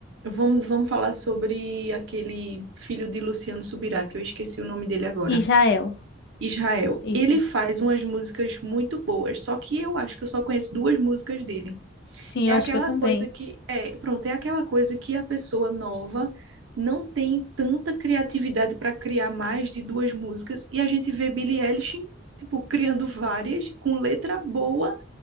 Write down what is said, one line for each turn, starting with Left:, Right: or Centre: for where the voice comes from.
Right: Vamos, vamos falar sobre aquele filho de Luciano Subirá, que eu esqueci o nome dele agora.
Left: Israel.
Right: Israel.
Left: Isso.
Right: Ele faz umas músicas muito boas, só que eu acho que eu só conheço duas músicas dele.
Left: Sim,
Right: É
Left: eu acho
Right: aquela
Left: que eu também.
Right: coisa que é, pronto, é aquela coisa que a pessoa nova não tem tanta criatividade para criar mais de duas músicas e a gente vê Billie Eilish tipo criando várias com letra boa,